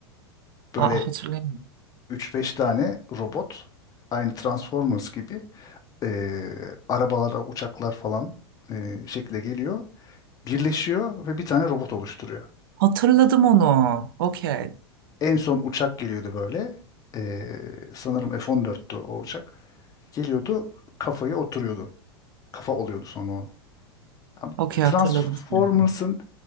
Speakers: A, on the left (about 25°); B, on the right (about 55°).
A: Böyle
B: Aa, hatırlayamıyorum.
A: üç beş tane robot aynı Transformers gibi e, arabalara, uçaklar falan e, şekle geliyor. Birleşiyor ve bir tane robot oluşturuyor.
B: Hatırladım onu. Okey.
A: En son uçak geliyordu böyle. E, sanırım F-14'tü o uçak. Geliyordu, kafaya oturuyordu. Kafa oluyordu sonra o. Abi,
B: Okey
A: Transformers'ın
B: hatırladım. şimdi.